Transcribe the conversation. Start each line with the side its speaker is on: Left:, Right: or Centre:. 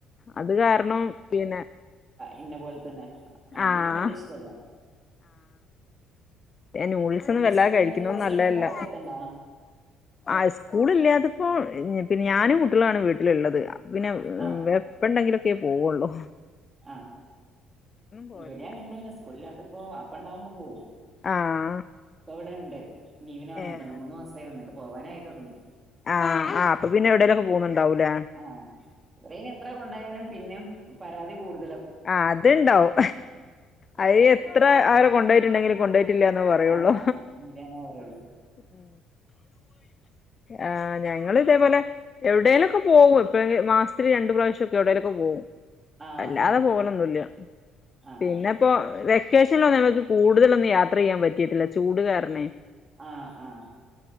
Left: അതുകാരണം പിന്നെ
Right: എന്നെപൊൽ തന്നെ അയിതിനും
Left: ആഹ്
Right: വല്യ ഇഷ്ടമല്ല
Left: അ ന്യൂഡിൽസ്
Right: പിന്നെ
Left: വല്ലാതെ
Right: സ്കൂളില്ലാത്ത
Left: കഴിക്കുന്നതും
Right: ദിവസം
Left: നല്ലതല്ല.
Right: എവിടെയും പോവലൊക്കെ ഉണ്ടാ
Left: ആ സ്കൂളില്ലാ പിന്നെ ഞാനും കുട്ടികളുമാണ് വീട്ടിൽ ഉള്ളത്. പിന്നെ
Right: ആ
Left: വെപ്പൊണ്ടങ്കിലും ക്കെ പൊവുള്ളൂ
Right: ആ
Left: പോവലില്ല
Right: ഇവിടെയും അങ്ങനെതന്നെ സ്കൂളില്ലാത്തപ്പോ അ ഒണ്ടാവുമ്പം പോവും
Left: ആഹ്
Right: ഇവിടുണ്ട് ലീവിന് വന്നതാണ്.
Left: ഏഹ്
Right: മൂന്നു മാസം ആയി വന്നിട്ട്. പോവാനായി തുടങ്ങി.
Left: ആഹ് ആഹ് അപ്പൊ പിന്നെ എവിടേലൊക്കെ
Right: ഉം
Left: പോകുന്നുണ്ടാവൂലേ
Right: ആ ഇവിടിന്ന് എത്ര കൊണ്ട്പോയാലും പിന്നെയും പരാ തി കൂടും
Left: ആ അതുണ്ടാവും. അയെത് എത്ര നാൾ കൊണ്ട് പോയിട്ടുണ്ടെങ്കിലും കൊണ്ട് പോയി ഇല്ലാന്ന് പറയുള്ളൂ
Right: ആഹ് ഇല്ലന്നെ പറയുള്ളൂ
Left: ഉം ആ ഞങ്ങള് ഇതേപോലെ എവിടേലൊക്കെ പോകും എപ്പഴെ മാസത്തിൽ രണ്ടു പ്രാവശ്യം മൊക്കെ എവിടെലൊക്ക പോകും.
Right: ആഹ്
Left: ല്ലാതെ
Right: ആഹ്
Left: പോവാലോന്നുംല്ല
Right: ആഹ്
Left: പിന്നെ ഇപ്പൊ വെ വെക്കേഷനൊന്നു കൂടുതലൊന്നും യാത്ര ചെയ്യാൻ പറ്റിട്ടില്ല ചൂട്കാരണവേ
Right: ആഹ് ആഹ്